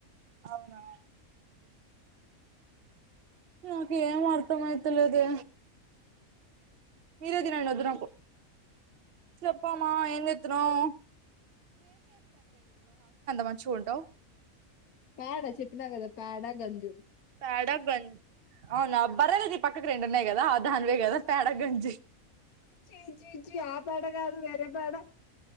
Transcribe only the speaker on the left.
పేడ చెప్పినా కదా పేడ గంజు
చీ చీ చీ ఆ పేడ కాదు వేరే పేడ